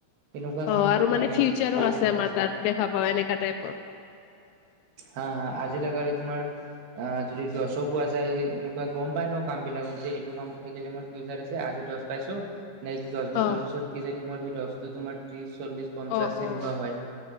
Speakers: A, on the right (about 80°); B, on the left (about 85°).
A: তেনেকুৱা
B: অ
A: কাম
B: আৰু
A: মানে
B: ফিউচাৰো
A: পালে
B: আছে
A: ভাল
B: আমাৰ
A: আছিল।
B: তাত দেখা পাও এনেকা টাইপৰ
A: হা হা আজি লাগালি তোমাৰ অ যদি দহো পোৱা যায় এনেকুৱা গম পাই ন কাম বিলাকত যে এইটো কামত থাকিলে মোৰ ফিউচাৰ আছে আজি দহ পাইছো নেক্সট দহ বছৰৰ
B: অ
A: পিছত কিজানি মোৰ সৈই দহ টো তোমাৰ ত্ৰিছ, চল্লিশ পঞ্চাশ
B: অ
A: সেনেকুৱা
B: অ
A: হয়